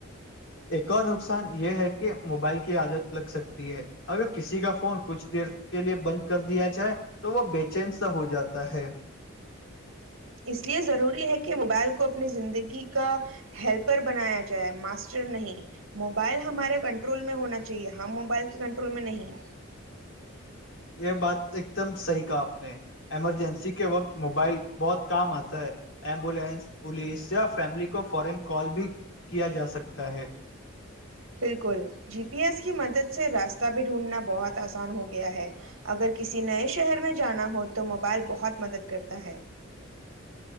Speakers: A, on the left; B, on the right.
A: ایک اور نقصان یہ ہے کہ موبائل کی عادت لگ سکتی ہے اگر کسی کا فون کچھ دیر کے لیے بند کر دیا جائے تو وہ بے چین سا ہو جاتا ہے
B: اس لیے ضروری ہے کہ موبائل کو اپنی زندگی کا ہیلپر بنایا جائے ماسٹر نہیں موبائل ہمارے کنٹرول میں ہونا چاہیے ہم موبائل کے کنٹرول میں نہیں
A: یہ بات ایک دم صحیح کہا آپ نے ایمرجنسی کے وقت موبائل بہت کام آتا ہے ایمبولینس پولیس یا فیملی کو فورن کال بھی کیا جا سکتا ہے
B: بالکل جی پی ایس کی مدد سے راستہ بھی ڈھونڈنا بہت آسان ہو گیا ہے اگر کسی نئے شہر میں جانا ہو تو موبائل بہت مدد کرتا ہے جی